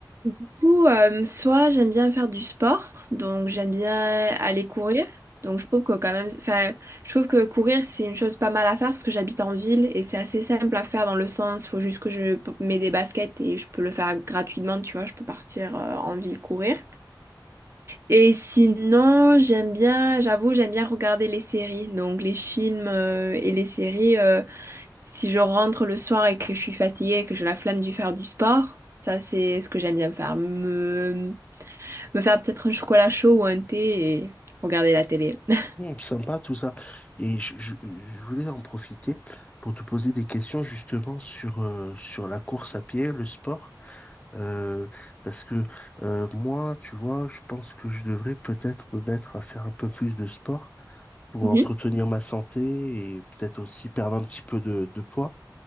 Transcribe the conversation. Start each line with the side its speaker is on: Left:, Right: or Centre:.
Right: Du coup, euh, soit j'aime bien faire du sport, donc j'aime bien aller courir. Donc je trouve que quand même, enfin, je trouve que courir c'est une chose pas mal à faire parce que j'habite en ville et c'est assez simple à faire dans le sens, faut juste que je p- mets des baskets et je peux le faire gratuitement, tu vois, je peux partir euh, en ville courir. Et sinon, j'aime bien, j'avoue, j'aime bien regarder les séries, donc les films euh, et les séries. euh, si je rentre le soir et que je suis fatiguée et que j'ai la flemme de faire du sport, ça c'est ce que j'aime bien faire. Me me faire peut-être un chocolat chaud ou un thé et regarder la télé. <laughs>
Left: Hmm, sympa tout ça. Et je, je- je voulais en profiter pour te poser des questions justement sur, euh, sur la course à pied, le sport. Euh, parce que euh, moi, tu vois, je pense que je devrais peut-être me mettre à faire un peu plus de sport pour
Right: Mhm.
Left: entretenir ma santé et peut-être aussi perdre un petit peu de, de poids.